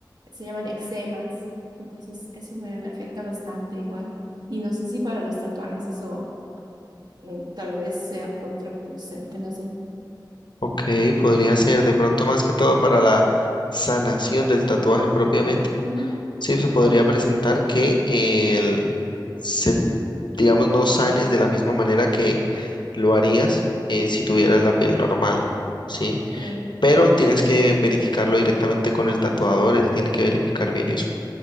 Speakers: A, on the right; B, on the left.
A: se llaman eczemas, entonces eso me, me afecta bastante igual. Y no sé si para los tatuajes eso eh, tal vez sea contraproducente, no sé.
B: Ok, podría ser de pronto más que todo para la sanación del tatuaje propiamente,
A: Ujú,
B: sí, se podría presentar que el, se, digamos, no sanes de la misma manera que lo harías eh, si tuvieras la piel normal, ¿sí?
A: sí,
B: Pero tienes que verificarlo directamente con el tatuador, él tiene que verificar bien eso.